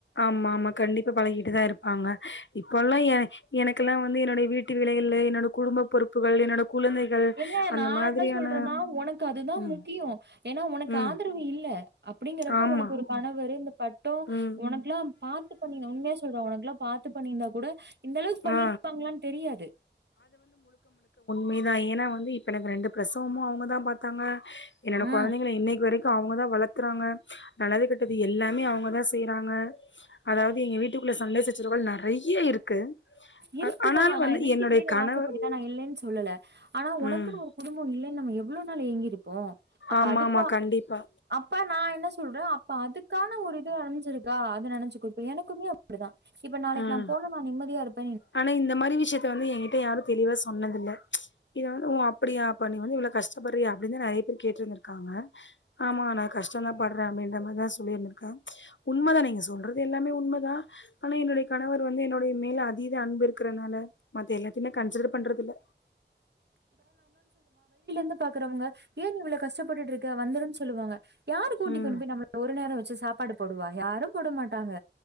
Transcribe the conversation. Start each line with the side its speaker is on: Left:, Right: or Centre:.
Left: ஆமா ஆமா கண்டிப்பா பழகிட்டுதா இரு ப்பாங்க இப்பல்லா ஏ எனக்கெல்லா வந்து என்னோட வீட்டு வேலைகள்ளு என்னோட குடும்ப பொறுப்புகள் என்னோட குழந்தைகள்
Right: ஏங்க
Left: அந்த
Right: நா
Left: மாதிரியான
Right: என்ன சொல்றன்னா உனக்கு அதுதா
Left: ம்,
Right: முக்கியோ ஏன்னா உனக்கு
Left: ம்.
Right: ஆதரவு இல்ல அப்டிங்கறப்ப
Left: ஆமா.
Right: உனக்கு ஒரு கணவரு இந்த பட் ட்டோ
Left: ம்
Right: உனக்குலா பாத்து பண்ணீங்க உண்மையா சொல்ற உனக்கு லா பாத்து பண்ணிருந்தா கூட இந்த அளவுக்கு பண்ணிருப்பாங்களானு
Left: ஆ
Right: தெரியாது
Left: மை தா ஏன்னா வந்து இப்ப எனக்கு ரெண்டு பிரசவமு அவங்க தா பாத்தாங்க என்னோட
Right: ஆ.
Left: கொழந்தைங்கள இன்னைக் வரைக்கு அவங்க தா வளத்துறாங்க நல்லது கெட்டது எல்லாமே அவங்க வேல செய்றாங்க அதாவது எங்க வீட்டுக்குள்ள சண்ட சச் சிரவள் நெறைய இருக்கு
Right: இருத்துதா
Left: ஆனாலு
Right: நா
Left: வந்து
Right: எங்க வீட்டுக்கு
Left: என்னுடைய
Right: வீடு
Left: கணவர்
Right: வாசப்படிதா நா இல்லேன் சொல்லல ஆனா ஒனக்குன்னு
Left: ம்
Right: ஒரு குடும்போ இல்ல நம்ம எவ்ளோ நாள் ஏங்கிரு க்கோ அப்ப
Left: ஆமா
Right: அதுக்கா
Left: ஆமா கண்டிப்பா
Right: அப்பா நா என்ன சுடு இப்ப அதுக்கான ஒரு இது அடஞ்சிருக் க்கா அது நெனச்சி குடுப்பே எனக்குமே அப்டிதா இப்ப நாளைக்கு
Left: ம்
Right: நா போனுனா நிம்மதியா இருப்
Left: ஆனா இந்த மாரி விஷியத்த வந்து எங்கிட்ட யாரு தெளிவா சொன்னதில்ல ப்ச் இத வந்து உ அப்டியா பா நீ வந்து இவ்ளோ கஷ்டப் பறியே அப்டின்தா நெறைய பேர் கேட்ருந்துருக்காங்க ஆமா நா கஷ்டந்தா பட்றே அப்டின்ற மாரிதா சொல்லி இருந்துருக்கே உண்மதா நீங்க சொல்றது எல்லாமே உண்மதா ஆனா என்னுடைய கணவர் வந்து என்னுடைய மேல அதீத அன்பு இருக்றனால மத்த எல்லாத்தியுமே கன்சிடர் பண்றது இல்ல
Right: து பாக்குறவங்க ஏ நீ இவ்ள கஷ்டப்பட்டுட்டு இருக்க வந்துருன் சொல்லுவாங்க யாரு கூட்டி
Left: ம்
Right: கொண்டுபோய் நம்மள ஒரு நேரோ வச்சி சாப்பாடு போடுவா யாரு போட மாட் டாங்க